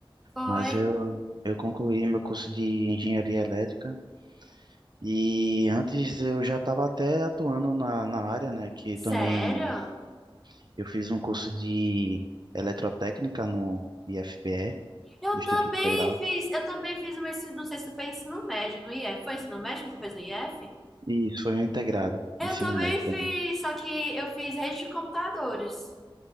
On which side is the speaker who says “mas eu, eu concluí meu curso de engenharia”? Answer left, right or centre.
Right